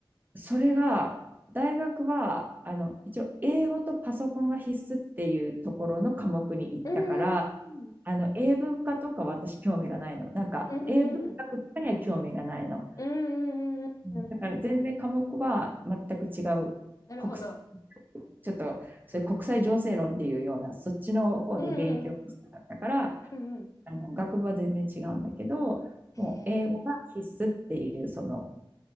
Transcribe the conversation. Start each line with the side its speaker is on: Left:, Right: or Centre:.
Right: それが、大学は、あの、一応、英語とパソコンが必須っていうところの科目に行ったから、
Left: うんうん
Right: あの、英文化とか私興味がないの。なんか、
Left: うんうん。
Right: 英文学とかには興味がないの。
Left: うんうんうんうんうんうんうん。
Right: うんだから全然科目は全く違う国す、
Left: なるほど。
Right: ちょっとそれ国際情勢論っていうようなそっちの方に勉強したかったから
Left: うんうんうんうん。
Right: あの学部は全然違うんだけどもう英語が必須っていうその
Left: へえ。